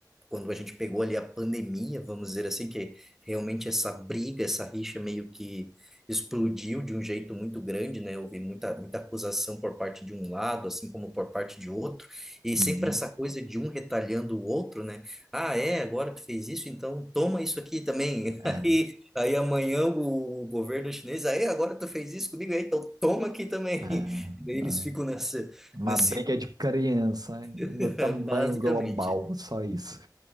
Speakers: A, in the centre; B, on the right.
A: quando a gente pegou ali a pandemia, vamos dizer assim, que realmente essa briga, essa rixa meio que explodiu de um jeito muito grande, né? Houve muita, muita acusação por parte de um lado, assim como por parte de outro, e sempre
B: uhum.
A: essa coisa de um retalhando o outro, né? Ah, é, agora tu fez isso, então toma isso aqui também.
B: É,
A: <laughs> Aí, aí amanhã o, governo chinês, aí agora tu fez isso comigo, aí, então toma aqui também.
B: é, é.
A: <laughs> E daí eles ficam nessa,
B: uma
A: nesse,
B: briga de criança no
A: <laughs>
B: tamanho
A: basicamente.
B: global, só isso.